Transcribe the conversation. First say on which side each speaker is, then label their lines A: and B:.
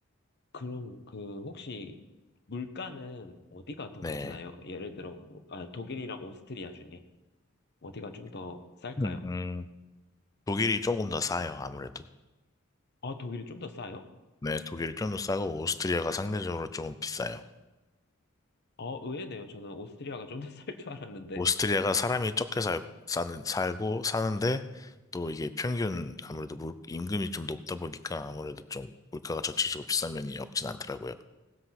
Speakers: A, on the left; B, on the left.
A: 그럼 그 혹시 물가는 어디가 더
B: 네.
A: 괜찮아요? 예를 들어 뭐, 아, 독일이랑 오스트리아 중에 어디가 좀 더 쌀까요?
B: 음, 음, 독일이 조금 더 싸요, 아무래도.
A: 아 독일이 좀 더 싸요?
B: 네, 독일이 좀 더 싸고 오스트리아가 상대적으로 조금 비싸요.
A: 아 의외네요. 저는 오스트리아가 좀 더 쌀 줄 알았는데
B: 오스트리아가 사람이 적게 살, 사는, 살고 사는데 또 이게 평균 아무래도 물- 임금이 좀 높다 보니까 아무래도 좀 물가가 전체적으로 비싼 면이 없진 않더라고요.